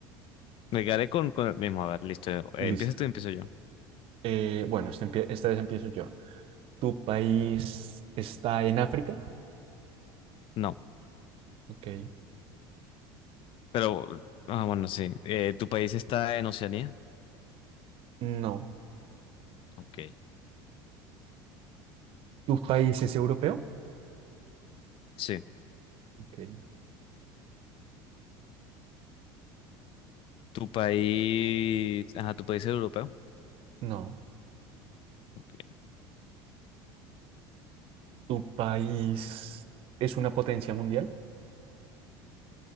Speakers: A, on the left (about 50°); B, on the right (about 50°).
A: me quedaré con, con el mismo. A ver, listo. Eh,
B: Listo.
A: empieza tú, empiezo yo.
B: Eh, bueno, este empie- esta vez empiezo yo. ¿Tu país está en África?
A: No,
B: Ok.
A: pero. Ah, bueno, sí. Eh, ¿tu país está en Oceanía?
B: No.
A: Ok,
B: ¿Tu país es europeo?
A: sí.
B: Ok.
A: ¿Tu país, ajá, tu país es europeo?
B: No.
A: Ok.
B: ¿Tu país es una potencia mundial?